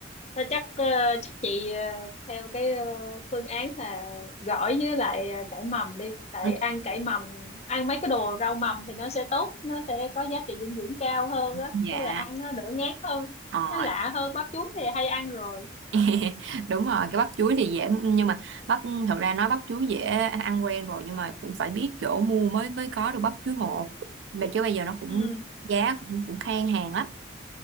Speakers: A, on the left; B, on the right.
A: thôi chắc ờ, chắc chị ờ, theo cái ờ, phương án là gỏi với lại ờ, cải mầm đi tại
B: Ừ,
A: ăn cải mầm ăn mấy cái đồ rau mầm thì nó sẽ tốt nó sẽ có giá trị dinh dưỡng cao hơn á
B: dạ
A: với lại ăn nó đỡ ngán hơn
B: ờ
A: nó lạ hơn bắp chuối thì hay ăn rồi
B: <laughs> đúng rồi cái bắp chuối thì dễ nhưng mà bắp thật ra nói bắp chuối dễ ăn quen rồi nhưng mà cũng phải biết chỗ mua mới mới có được bắp chuối hột mà chứ bây giờ nó cũng
A: ừ
B: giá cũng cũng khan hàng lắm